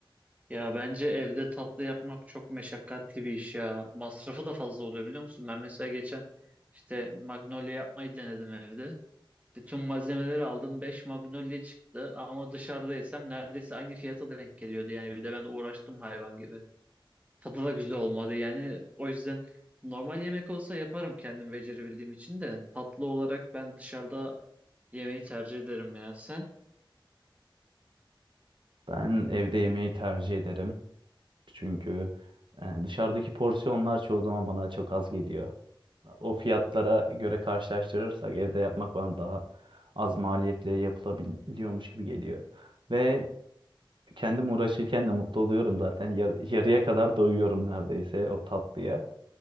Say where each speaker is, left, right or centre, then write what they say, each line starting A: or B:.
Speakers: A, on the right; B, on the right.
A: Ya bence evde tatlı yapmak çok meşakkatli bir iş ya. Masrafı da fazla oluyor biliyor musun? Ben mesela geçen işte magnolia yapmayı denedim evde. Bütün malzemeleri aldım. beş magnolia çıktı ama dışarıda yesem neredeyse aynı fiyata denk geliyordu. Yani bir de ben uğraştım hayvan gibi. Tadı da güzel olmadı yani. O yüzden normal yemek olsa yaparım kendim becerebildiğim için de. Tatlı olarak ben dışarıda yemeği tercih ederim ya. Sen
B: Ben evde yemeği tercih ederim. Çünkü e, dışarıdaki porsiyonlar çoğu zaman bana çok az geliyor. O fiyatlara göre karşılaştırırsak evde yapmak bana daha az maliyetle yapılabiliyormuş gibi geliyor. Ve kendim uğraşırken de mutlu oluyorum zaten. Yar- yarıya kadar doyuyorum neredeyse o tatlıya.